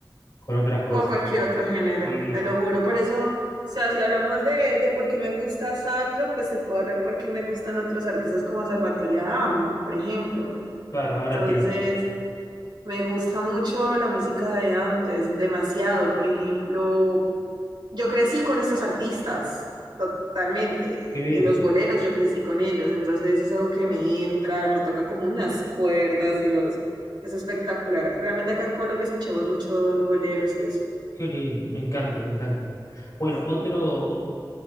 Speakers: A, on the left; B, on the right.
A: con otras cosas.
B: Como cualquier otro género,
A: Sí,
B: te
A: sí,
B: lo juro. Por eso, o sea, si hablamos de, de por qué me gusta Sandro, pues se puede hablar por qué me gustan otros artistas como Salvatore Adamo, por ejemplo.
A: claro, ahora
B: Entonces,
A: entiendo.
B: Me gusta mucho la música de antes, demasiado. Por ejemplo, yo crecí con estos artistas, totalmente.
A: Qué bien,
B: Y los boleros, yo crecí con ellos. Entonces es algo que me entra, me toca como unas cuerdas, Dios. Es espectacular. Realmente acá en Colombia escuchamos muchos boleros y eso.
A: qué lindo, me encanta, me encanta. Bueno,
B: Sí.
A: otro,